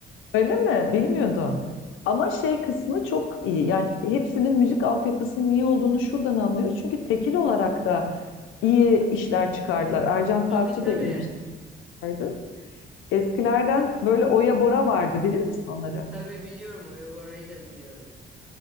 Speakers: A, on the left; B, in the centre.
A: Öyle mi? Bilmiyordum. Ama şey kısmı çok iyi. Yani hepsinin müzik altyapısının iyi olduğunu şuradan anlıyoruz. Çünkü tekil olarak da iyi işler çıkardılar. Ercan Saatçi
B: Tabii tabii.
A: de iyi bir şey çıkardı. Eskilerden böyle Oya Bora vardı bilir misin onları?
B: Tabii biliyorum Oya Bora'yı da biliyorum.